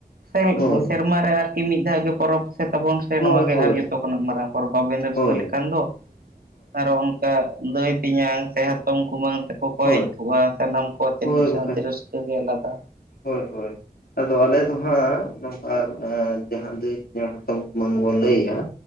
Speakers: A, on the right; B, on the left.
A: ᱥᱮ
B: ᱦᱳᱭ
A: ᱥᱮᱨᱢᱟ ᱨᱮ ᱟᱨᱠᱤ ᱢᱤᱫ ᱫᱷᱟᱣ ᱜᱮ ᱯᱚᱨᱚᱵᱽ ᱛᱟᱵᱚᱱ ᱥᱮ ᱱᱚᱣᱟ
B: ᱦᱳᱭ
A: ᱜᱮ
B: ᱦᱳᱭ
A: ᱟᱨ ᱡᱚᱛᱚ ᱠᱷᱚᱱᱟᱜ ᱢᱟᱨᱟᱝ ᱯᱚᱨᱚᱵᱽ ᱵᱟᱵᱮᱱ ᱨᱟᱹᱥᱠᱟᱹ
B: ᱦᱳᱭ
A: ᱞᱮᱠᱷᱟᱱ ᱫᱚ ᱟᱨᱚ ᱚᱱᱠᱟ ᱫᱟᱹᱭ ᱛᱮᱧᱟᱝ ᱥᱮ ᱦᱟᱛᱚᱢ ᱠᱩᱢᱟᱹᱝ ᱛᱮᱟᱠᱚ ᱠᱚ
B: ᱦᱳᱭ
A: ᱦᱮᱡ ᱠᱚᱜᱼᱟ ᱥᱟᱱᱟᱢ ᱠᱚ ᱟᱛᱮ
B: ᱦᱳᱭ
A: ᱢᱤᱫ ᱥᱟᱶᱛᱮ
B: ᱵᱟᱠᱷᱟᱡ
A: ᱨᱟᱹᱥᱠᱟ ᱨᱟᱥᱠᱟᱹ ᱜᱮ ᱟᱞᱟᱫᱟ
B: ᱦᱳᱭ ᱦᱳᱭ ᱟᱫᱚ ᱟᱞᱮ ᱫᱚ ᱦᱟᱸᱜ ᱱᱚᱝᱠᱟ ᱡᱟᱦᱟᱸ ᱫᱟᱹᱭ ᱛᱤᱧᱤᱝ ᱦᱟᱛᱚᱢ ᱠᱩᱢᱟᱹᱝ ᱵᱚᱱ ᱞᱟᱹᱭᱮᱫᱼᱟ